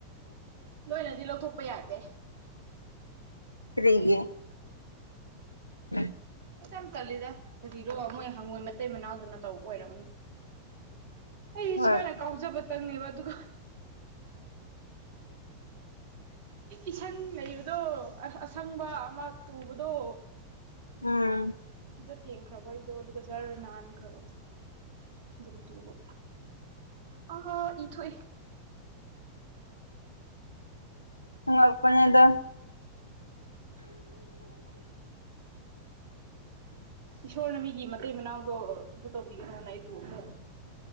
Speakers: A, on the right (about 45°); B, on the left (about 80°).
A: ꯂꯣꯏꯅꯗꯤ ꯂꯧꯊꯣꯛꯄ ꯌꯥꯗꯦ
B: ꯀꯔꯤꯒꯤ ꯎꯝ
A: ꯌꯥꯝ ꯇꯜꯂꯤꯗ ꯀꯔꯤꯔꯣ ꯃꯣꯏ ꯍꯪꯉꯣꯏ ꯃꯇꯩ ꯃꯅꯥꯎꯗꯨꯅ ꯇꯧꯕ ꯑꯣꯏꯔꯝꯅꯤ ꯑꯩ
B: ꯍꯣꯏ
A: ꯁꯨꯃꯥꯏꯅ ꯀꯥꯎꯖꯕꯇꯪꯅꯦꯕ ꯑꯗꯨꯒ ꯏꯁꯪ ꯂꯩꯕꯗꯣ ꯑꯁꯪꯕ ꯑꯃ ꯇꯨꯕꯗꯣ
B: ꯎꯝ
A: ꯑꯗꯨꯨ ꯊꯦꯡꯈ꯭ꯔꯕ ꯑꯩꯗꯣ ꯑꯗꯨꯒ ꯖꯔ ꯅꯥꯟꯈ꯭ꯔꯕ ꯑꯗꯨꯒ ꯇꯨꯕ ꯑ ꯏꯊꯣꯏ
B: ꯃꯉꯄꯅꯤꯗ
A: ꯏꯁꯣꯔꯅ ꯃꯤꯒꯤ ꯃꯇꯩ ꯃꯅꯥꯎꯗꯣ ꯑꯗꯨ ꯇꯧꯕꯤꯒꯅꯣꯅ ꯑꯩꯕꯨ ꯑꯃꯨꯛ